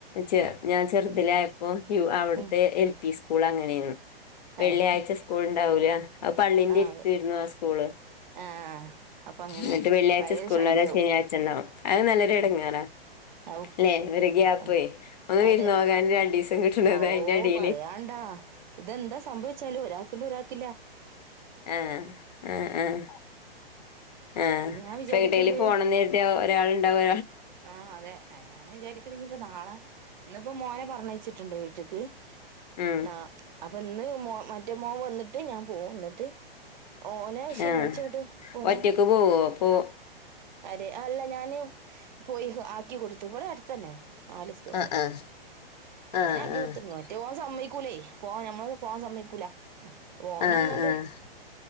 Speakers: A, on the left (about 45°); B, on the right (about 50°).
A: ചെ ഞാൻ ചെറുതിലായ ഓഹ് ഹ്യു അവിടുത്തെ
B: ഉം
A: എൽ പി സ്കൂൾ അങ്ങനെയാണെ വെള്ളിയാഴ്ച
B: ഏഹ്
A: സ്കൂൾ ഉണ്ടാവൂല്ല അഹ് പള്ളീന്റെ
B: ആഹ്
A: ഇരുത്തു
B: അത്
A: വരുന്നതാ സ്കൂളെ
B: ആഹ് അപ്പൊ അങ്ങനെ
A: എന്നിട്ട് വെള്ളിയാഴ്ച
B: ഭയങ്കര
A: സ്കൂളരെ
B: ശല്യാവും
A: ശനിയാഴ്ച്ചുണ്ടാവും അത് നല്ലൊരു എടങ്ങാരാ
B: ഉം ഔ
A: അല്ലെ
B: ശല്യാണ്
A: ഒരു ഗ്യാപ്പേ
B: ഉം
A: ഒന്ന്
B: അതെ
A: വിരുന്നോകാൻ രണ്ടീസം കിട്ടണതിന്റെ
B: ഓ
A: അടി
B: പറയാണ്ടാ ഇതെന്താ സംഭവിച്ചാലും ഒരാകൊണ്ടേ ഒരാക്കില്ല
A: ആഹ് ആഹ് ആഹ് ആഹ്
B: ഞാൻ വിചാരിക്കണ്ട്
A: ഫ്രയിട്ടേലെ പോണന്ന് ഒരാളുണ്ടാവൊ
B: ആഹ് അതെ ഞാൻ വിചാരിക്കണെങ്കി ഇപ്പ നാളെ ഇന്നിപ്പം മോനെ പറഞ്ഞയച്ചിട്ടുണ്ട് വീട്ടക്ക്
A: ഉം
B: നാ അപ്പം ഇന്ന് മാ മറ്റേ മോൻ വന്നിട്ട് ഞാൻ പോവും എന്നിട്ട് ഓനെ ശനിയാഴ്ച
A: ആഹ്
B: തൊട്ട് പോന്നേ
A: ഒറ്റക്ക് പോവോ പോ
B: അതെ അല്ല ഞാനെ പോയി ആക്കി കൊടുത്തു ഇവിടടുത്തന്നെ നാലു സ്റ്റോപ്പപ്പുറത്തെ
A: ആഹ് ആഹ് ആഹ്
B: അങ്ങനെ ആക്കെ
A: ആഹ്
B: കൊടുത്തിട്ടു മറ്റേ പോവാൻ സമ്മക്കൂലേ പോവാ നഞമ്മള പോവാൻ സമ്മക്കൂല ഓന
A: ആഹ്
B: ഒന്നണ്ട്